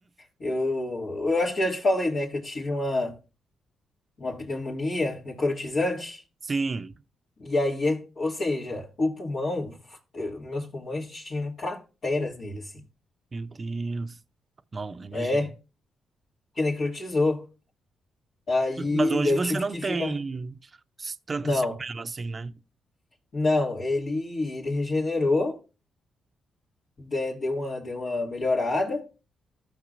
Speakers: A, on the left; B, on the right.
A: Eu, eu acho que já te falei, né, que eu tive uma, uma pneumonia necrotizante.
B: Sim,
A: E aí, é- ou seja, o pulmão, eu- meus pulmões tinham crateras nele, assim.
B: meu Deus. Não, imagino.
A: É, porque necrotizou. Aí
B: Mas hoje
A: eu
B: você
A: tive
B: não
A: que
B: tem
A: ficar.
B: tanta
A: Não,
B: sequela assim, né?
A: não, ele, ele regenerou, de- deu uma, deu uma melhorada.